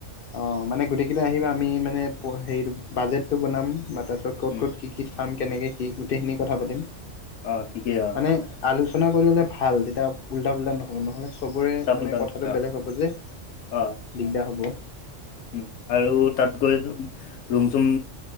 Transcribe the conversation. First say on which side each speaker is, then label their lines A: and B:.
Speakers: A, on the left; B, on the left.
A: অঁ মানে গোটেইকেইটা আহিবা, আমি মানে হেৰিটো বাজেটটো বনাম বা তাৰপিছত ক'ত
B: উম
A: ক'ত কি কি খাম কেনেকে কি গোটেইখিনি কথা পাতিম।
B: অ' ঠিকেই অ'।
A: মানে আলোচনা কৰি ল'লে ভাল, তেতিয়া উল্টা পুল্টা নহ'ব। নহ'লে চবৰে
B: চাপোলতান
A: মানে কথাটো
B: অ
A: বেলেগ হ'ব যে
B: অ
A: দিগদাৰ হ'ব।
B: উম, আৰু তাত গৈ ৰুম চুম